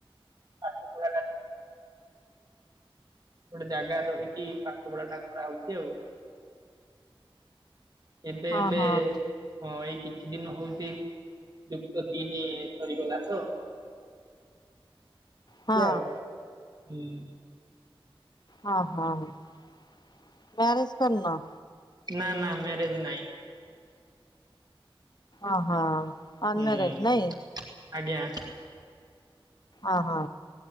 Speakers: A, on the right; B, on the left.
A: ପାଠ ପଢ଼ା ଗୋଟେ ଜାଗାରେ ରହିକି ପାଠ ପଢ଼ାଟା କରାହଉଚି ଆଉ। ଏବେ
B: ହଁ
A: ଏବେ
B: ହଁ
A: ହଁ ଏଇ କିଛି ଦିନ ହଉଛି ଯୁକ୍ତ ତିନି ସରିଗଲା ତ
B: ହଁ
A: ଖିଆଉ ହୁଁ
B: ହଁ ହଂ ମ୍ୟାରଜ କରିନ?
A: ନାଁ ନାଁ ମ୍ୟାରେଜ ନାଇଁ।
B: ଓହୋ। ଅନମ୍ୟାରେଡ
A: ହୁଁ
B: ନାଇଁ
A: ଆଜ୍ଞା।
B: ଅ ହ।